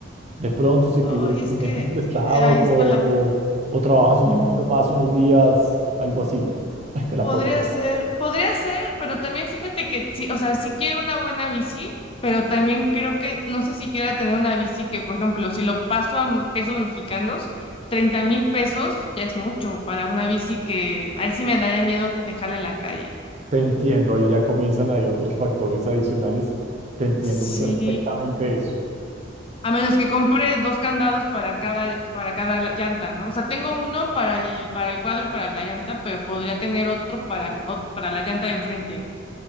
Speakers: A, on the right; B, on the left.
A: De pronto, si pides
B: Ay, es
A: 500
B: que
A: prestados
B: eh, ahí está
A: o,
B: la...
A: o trabajas un
B: ujú.
A: poquito más unos días, algo así, <laughs> te la
B: Podría
A: puedes comprar.
B: ser, podría ser, pero también fíjate que sí, o sea, sí quiero una buena bici, pero también creo que no sé si quiera tener una bici que, por ejemplo, si lo paso a m- pesos mexicanos, treinta mil pesos ya es mucho para una bici que ahí sí me daría miedo dejarla en la calle.
A: Te entiendo, ahí ya comienzan ahí otros factores adicionales. Te entiendo
B: Sí,
A: perfectamente eso.
B: a menos que compre dos candados para cada, para cada llanta, ¿no? O sea, tengo uno para el, para el cuadro y para la llanta, pero podría tener otro para, el- ot- para la llanta de enfrente.